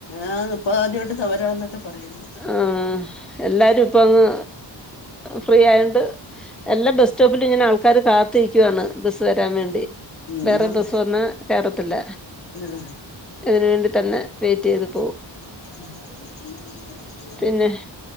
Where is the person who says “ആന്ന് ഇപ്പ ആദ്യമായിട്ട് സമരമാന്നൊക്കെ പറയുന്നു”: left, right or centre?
Left